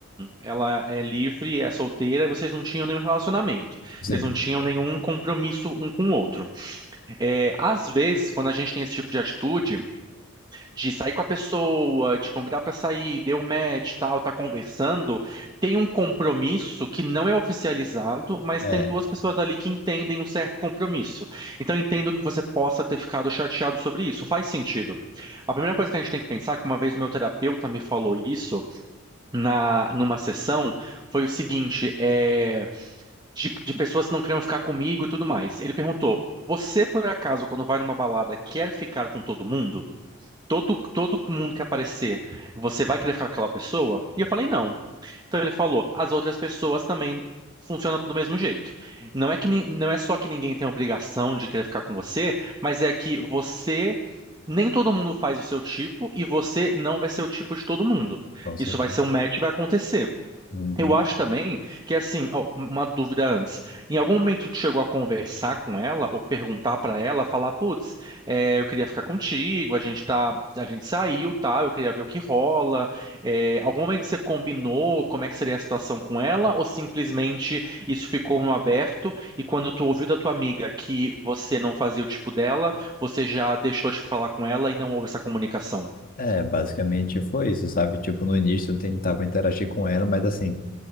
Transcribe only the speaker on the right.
ela é livre, é solteira, e vocês não tinham nenhum relacionamento.
Vocês não tinham nenhum compromisso um com o outro. É, às vezes, quando a gente tem esse tipo de atitude, de sair com a pessoa, de convidar para sair, deu match, tal, tá conversando, tem um compromisso que não é oficializado, mas
tem duas pessoas ali que entendem um certo compromisso. Então eu entendo que você possa ter ficado chateado sobre isso. Faz sentido. A primeira coisa que a gente tem que pensar, que uma vez o meu terapeuta me falou isso na numa sessão, foi o seguinte, é, de, de pessoas que não queriam ficar comigo e tudo mais. Ele perguntou: Você, por acaso, quando vai numa balada, quer ficar com todo mundo? todo, todo mundo que aparecer, você vai querer ficar com aquela pessoa? E eu falei, não. Então ele falou, as outras pessoas também funcionam do mesmo jeito. Não é que, ni- não é só que ninguém tem obrigação de querer ficar com você, mas é que você, nem todo mundo faz o seu tipo e você não vai ser o tipo de todo mundo.
Isso vai ser um match e vai acontecer.
Eu acho também que, assim, ó, um, uma dúvida antes. Em algum momento tu chegou a conversar com ela ou perguntar pra ela, falar, putz, é, eu queria ficar contigo, a gente tá, a gente saiu, tal, eu queria ver o que rola. É, algum momento você combinou como é que seria a situação com ela ou simplesmente isso ficou no aberto e quando tu ouviu da tua amiga que você não fazia o tipo dela, você já deixou de falar com ela e não houve essa comunicação?